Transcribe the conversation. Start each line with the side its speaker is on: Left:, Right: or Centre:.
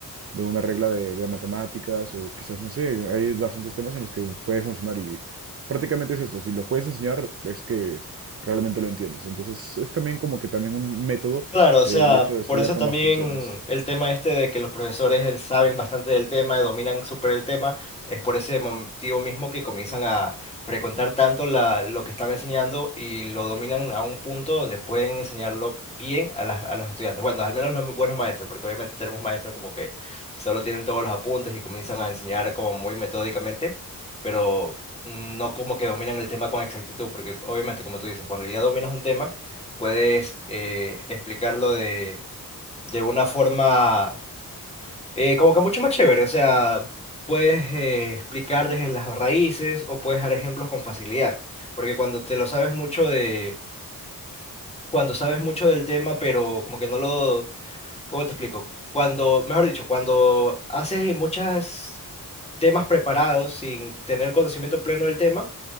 Right: de una regla de, de matemáticas o quizás no sé, hay bastantes temas en los que puede funcionar y prácticamente es esto, si los puedes enseñar es que realmente lo entiendes. Entonces es también como que también un método
Left: Claro, o
Right: eh,
Left: sea,
Right: el hecho de estudiar
Left: por eso
Right: con
Left: también
Right: más personas.
Left: el tema este de que los profesores eh, saben bastante del tema, dominan súper el tema, es por ese motivo mismo que comienzan a frecuentar tanto la, lo que están enseñando y lo dominan a un punto donde pueden enseñarlo bien a, las- a los estudiantes. Bueno, al menos los buenos maestros, porque obviamente tenemos maestros como que solo tienen todos los apuntes y comienzan a enseñar como muy metódicamente, pero mm, no como que dominan el tema con exactitud, porque obviamente, como tú dices, cuando ya dominas un tema, puedes eh, explicarlo de, de una forma eh, como que mucho más chévere. O sea, puedes eh, explicar desde las raíces o puedes dar ejemplos con facilidad. Porque cuando te lo sabes mucho de, cuando sabes mucho del tema, pero como que no lo, ¿cómo te explico? Cuando, mejor dicho, cuando haces muchas temas preparados, sin tener conocimiento pleno del tema,